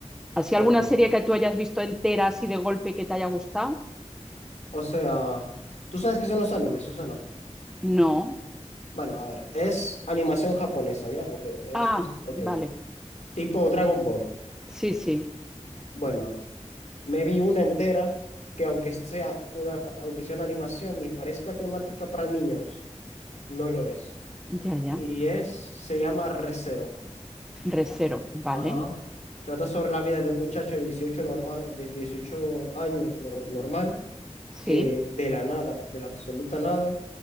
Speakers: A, in the centre; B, on the left.
A: ¿Así
B: ok.
A: alguna serie que tú hayas visto entera así de golpe que te haya gustado?
B: O sea, ¿tú sabes qué son los animes, Susana?
A: No.
B: Bueno, a ver, es animación japonesa, ¿ya? Ok, es,
A: Ah,
B: es, ok.
A: vale.
B: Tipo Dragon Ball.
A: Sí, sí,
B: Bueno, me vi una entera que aunque sea una, pa- aunque sea una animación y parezca temática para niños, no lo es.
A: ya, ya.
B: Y es, se llama Re:Zero.
A: Resero, ¿vale?
B: Ajá. Trata sobre la vida de un muchacho de 18 normal, de 18 años nor- normal,
A: Sí.
B: que de la nada, de la absoluta nada,